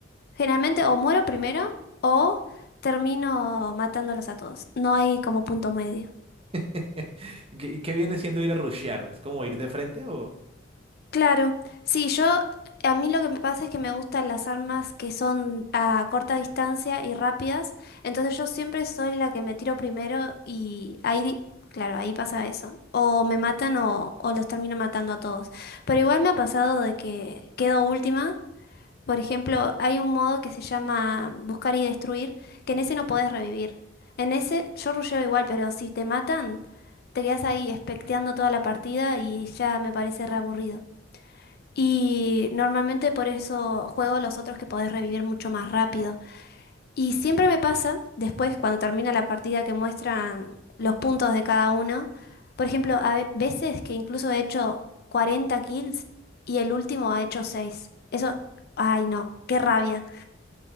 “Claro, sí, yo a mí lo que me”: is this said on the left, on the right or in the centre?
Left